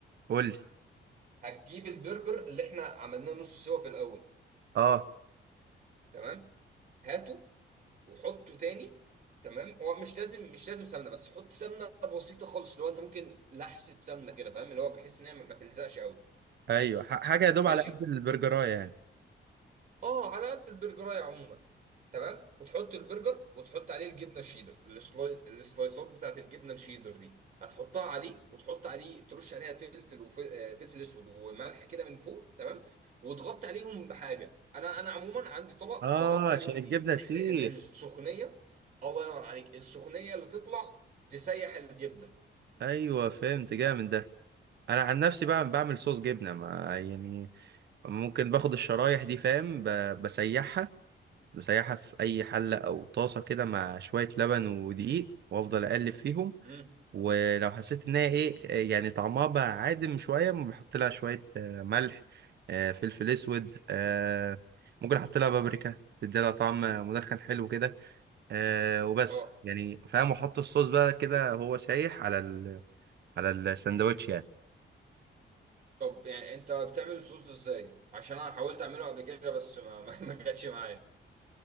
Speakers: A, on the right; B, on the right.
A: قول لي
B: هتجيب البرجر اللي احنا عملناه نص سوا في الاول
A: اه
B: تمام هاته وحطه تاني تمام هو مش لازم مش لازم سمنه بس حط سمنه بسيطه خالص اللي هو انت ممكن لحسه سمنه كده فاهم اللي هو بحيث ان هي ما ما تلزقش قوي
A: ايوه ح- حاجه يا دوب
B: ماشي
A: على قد البرجرايه يعني
B: اه على قد البرجرايه عموما تمام وتحط البرجر وتحط عليه الجبنه الشيدر السلاي... السلايسات بتاعت الجبنه الشيدر دي هتحطها عليه وتحط عليه ترش عليها فلفل وفلفل اسود وملح كده من فوق تمام وتغطي عليهم بحاجه انا انا عموما عندي طبق
A: اه
B: بغطي
A: عشان
B: عليهم
A: الجبنه
B: بيه بحيث
A: تسيح
B: ان السخونيه الله ينور عليك السخونيه اللي تطلع تسيح الجبنه
A: ايوه فهمت جامد ده انا عن نفسي بقى بعمل صوص جبنه ما يعني ممكن باخد الشرايح دي فاهم ب- بسيحها بسيحها في اي حله او طاسه كده مع شويه لبن ودقيق وافضل اقلب فيهم
B: امم
A: ولو حسيت ان هي ايه يعني طعمها بقى عادم شويه بحط لها شويه آه، ملح آه، فلفل اسود آه، ممكن احط لها بابريكا تدي لها طعم مدخن حلو كده آه، وبس
B: اه
A: يعني فاهم واحط الصوص بقى كده هو سايح على ال... على الساندوتش يعني
B: طب يعني انت بتعمل الصوص ده ازاي عشان انا حاولت اعمله قبل كده بس ما <laughs> ما ما جاتش معايا